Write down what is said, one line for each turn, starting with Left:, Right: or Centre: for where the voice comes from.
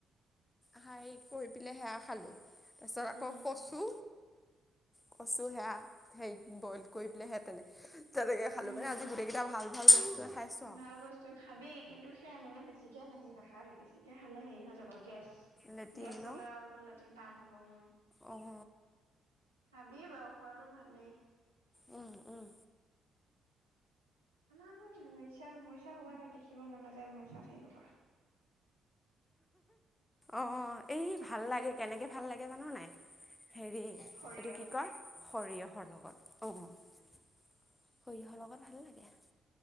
Left: হ, কৰি পেলাই সেয়া খালো তাৰ পিছত
Right: উম
Left: আকৌ কচু কচু সেয়া হে বইল কৰি পেললেহে তেনে তেনেকৈ খালোঁ
Right: উম,
Left: মানে আজি গোটেইকেইটা ভাল ভাল বস্তুৱে খাইছোঁ আৰু
Right: ভাল বস্তু খাবি কিন্তু সেয়া মানে বেছিকে নাহি নাখাবি বেছিকে খালে হেৰি হৈ যাবগে। গেছ
Left: লেটিন
Right: গেছ
Left: ন
Right: হলে অলপ লেট্ৰিন টান হ'ব উম।
Left: অঁ
Right: খাবি বাৰু খোৱাতটো ভালেই।
Left: উম উম।
Right: আমাৰ মহ। মছা মৰিচা সময় দেখিব মন নাযায় মৰিচা ঠাই খ পৰা।
Left: অ এই
Right: পাপাই
Left: ভাল লাগে
Right: ৰাতিপুৱাই
Left: কেনেকে ভাল লাগে জান নাই। হেৰি
Right: সৰিয়হ।
Left: এইটো কি কয় সৰিয়হৰ লগত অ সৰিয়হৰ লগত ভাল লাগে।